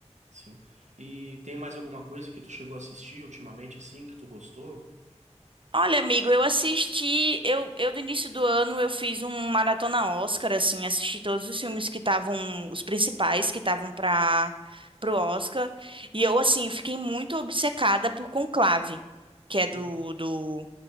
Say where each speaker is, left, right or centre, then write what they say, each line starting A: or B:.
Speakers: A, on the right (about 80°); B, on the right (about 45°).
A: Sim. E tem mais alguma coisa que tu chegou a assistir ultimamente, assim, que tu gostou?
B: Olha, amigo, eu assisti, eu, eu do início do ano eu fiz um maratona Oscar, assim, assisti todos os filmes que estavam, os principais que estavam para pro Oscar, e eu, assim, fiquei muito obcecada por Conclave, que é do,
A: Uhum.
B: do,